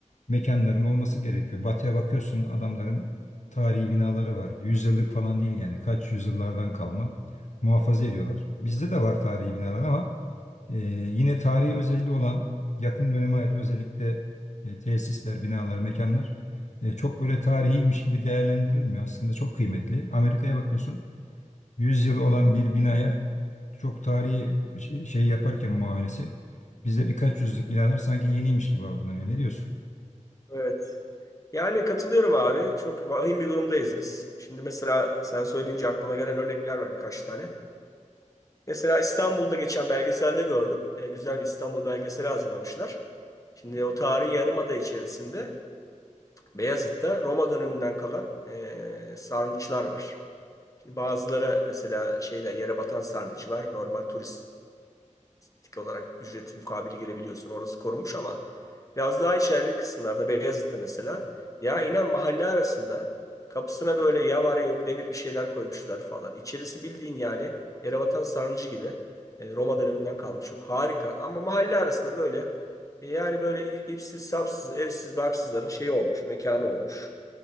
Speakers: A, on the left; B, on the left.
A: mekanların olması gerekiyor. Batıya bakıyorsun adamların tarihi binaları var. Yüzyıllık falan değil yani kaç yüzyıllardan kalma muhafaza ediyorlar. Bizde de var tarihi binalar ama e, yine tarihi özelliği olan yakın döneme ait özellikle e, tesisler, binalar, mekanlar e, çok böyle tarihiymiş gibi değerlendirilmiyor. Aslında çok kıymetli. Amerika'ya bakıyorsun 100 yılı olan bir binaya çok tarihi ş- şey yaparken muamelesi bizde birkaç yüzlük binalar sanki yeniymiş gibi algılanıyor. Ne diyorsun?
B: evet. Yani katılıyorum abi. Çok vahim bir durumdayız biz. Şimdi mesela sen söyleyince aklıma gelen örnekler var birkaç tane. Mesela İstanbul'da geçen belgeselde gördüm. E, güzel bir İstanbul belgeseli hazırlamışlar. Şimdi o tarihi yarımada içerisinde Beyazıt'ta Roma döneminden kalan e, sarnıçlar var. Şimdi bazıları mesela şeyler yere batan sarnıç var. Normal turist tik olarak ücreti mukabili girebiliyorsun. Orası korunmuş ama biraz daha içerili kısımlarda Beyazıt'ta mesela ya inan mahalle arasında kapısına böyle ya var ya yok demir bir şeyler koymuşlar falan. İçerisi bildiğin yani Yerebatan Sarnıcı gibi e, Roma döneminden kalmış. Çok harika ama mahalle arasında böyle e, yani böyle i- ipsiz sapsız evsiz barksızların şeyi olmuş mekanı olmuş.